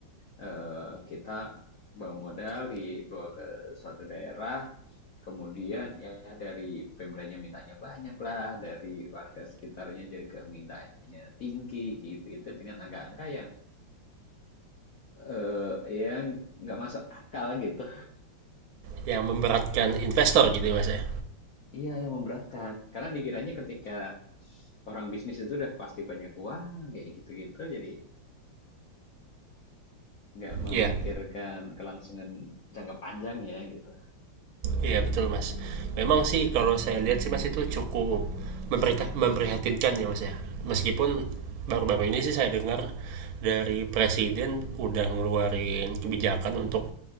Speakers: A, on the left; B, on the right.
A: eee, kita bawa modal dibawa ke suatu daerah Kemudian ya dari pemdanya mintanya banyak lah, dari warga sekitarnya jadi ke mintanya tinggi gitu-gitu dengan angka-angka yang eh, yang nggak masuk akal gitu.
B: <laughs> yang memberatkan investor gitu ya mas ya.
A: Iya yang memberatkan karena dikiranya ketika orang bisnis itu udah pasti banyak uang kayak gitu-gitu jadi nggak memikirkan
B: Iya.
A: kelangsungan jangka panjangnya gitu.
B: Iya betul mas. Memang sih kalau saya lihat sih mas itu cukup memperita- memprihatinkan ya mas ya. Meskipun baru-baru ini sih saya dengar dari presiden udah ngeluarin kebijakan untuk